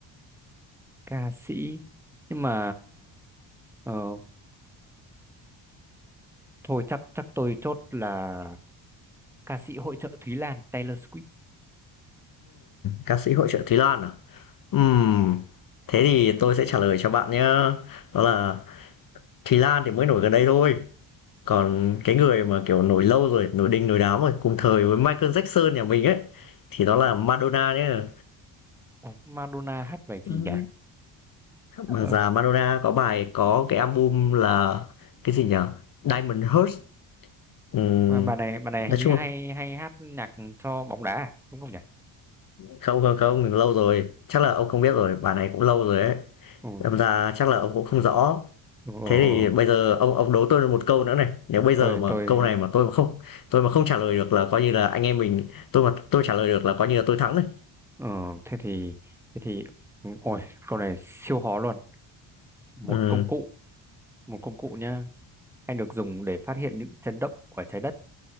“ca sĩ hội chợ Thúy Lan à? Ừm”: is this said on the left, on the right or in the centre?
Left